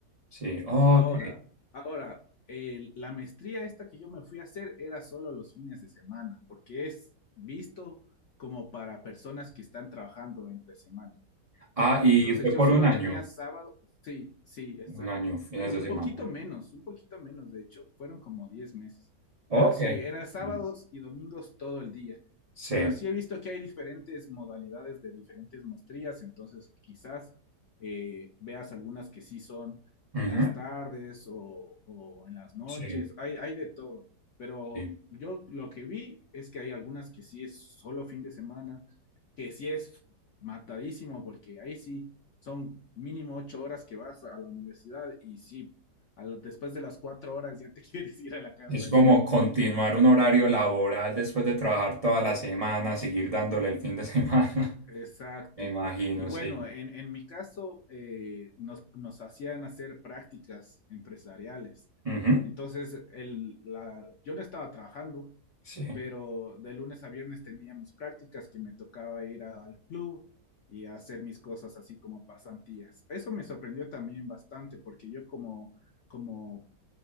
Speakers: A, on the right; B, on the left.
A: sí. Ok.
B: Ahora, ahora, el- la maestría esta que yo me fui a hacer era solo los fines de semana, porque es visto como para personas que están trabajando entre semana.
A: Ah, y
B: Entonces
A: fue
B: yo
A: por
B: solo
A: un año.
B: tenía sábado, sí, sí, exacto.
A: Un año,
B: Bueno,
A: fines de
B: un
A: semana.
B: poquito menos, un poquito menos, de hecho, fueron como 10 meses.
A: Ok.
B: Pero sí, era sábados
A: Mm,
B: y domingos todo el día.
A: Sí.
B: Pero sí he visto que hay diferentes modalidades de diferentes maestrías, entonces quizás eh, veas algunas que sí son en
A: Ujú,
B: las tardes o, o en las noches,
A: Sí,
B: hay, hay de todo. Pero
A: sí.
B: yo lo que vi es que hay algunas que sí es solo fin de semana que sí es matadísimo, porque ahí sí son mínimo ocho horas que vas a la universidad y sí, a lo- después de las cuatro horas ya te <laughs> quieres ir a la casa
A: Es como
B: ya.
A: continuar un horario laboral después de trabajar toda la semana, seguir dándole el fin de semana. <laughs>
B: Exacto.
A: Me imagino,
B: Y bueno,
A: sí.
B: en, en mi caso, eh, nos, nos hacían hacer prácticas empresariales.
A: Ujú,
B: Entonces, el, la, yo no estaba trabajando,
A: Sí.
B: pero de lunes a viernes tenía mis prácticas que me tocaba ir a- al club y hacer mis cosas así como pasantías. Eso me sorprendió también bastante porque yo como, como,